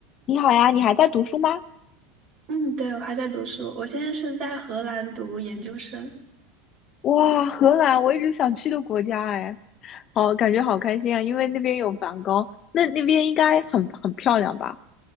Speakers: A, on the left (about 40°); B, on the right (about 50°).
A: 你好呀，你还在读书吗？
B: 嗯，对，我还在读书，我现在是在荷兰读研究生
A: 哇，荷兰，我一直想去的国家哎，好，感觉好开心啊，因为那边有梵高，那那边应该很很漂亮吧？